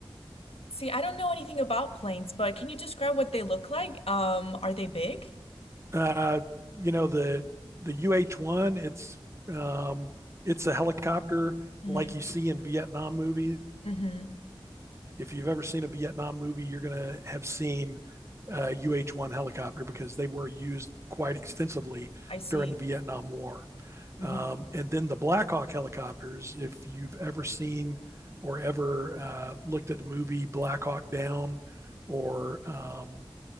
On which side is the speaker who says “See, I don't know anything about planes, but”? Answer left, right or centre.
Left